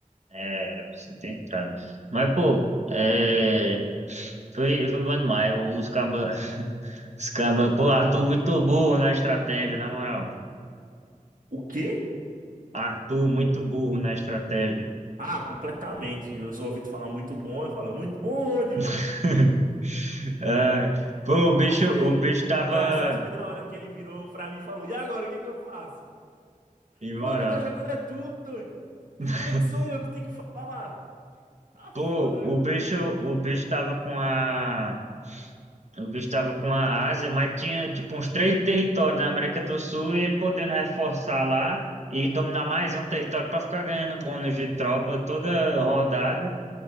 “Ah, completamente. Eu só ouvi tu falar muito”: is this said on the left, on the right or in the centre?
Right